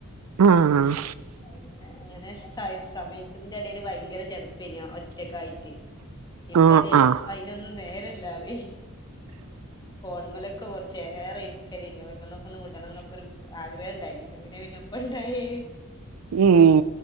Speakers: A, on the right (about 80°); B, on the left (about 20°).
A: ആഹ്
B: അങ്ങനെ അങ്ങനെ സം സമയംക്ക ഇതിന്റെ ഇടൽ ഭയങ്കര ചെളുപ്പന ഒറ്റക്ക ആയിട്ട് ഇപ്പ
A: ആഹ്
B: എതിയലും
A: ആഹ്
B: അയിനൊന്നും നേരല്ല പറയ് ഫോൺമലൊക്കെ കൊർചേറെ ഇരിക്കലേനി ഓമലൊക്കെ ഒന്ന് വിടണം എന്നൊക്കൊ ഒരു ആഗ്രഹം ഇണ്ടായിനീ അങ്ങനെ പിന്നെപ്പ ഇണ്ടായി
A: ഉം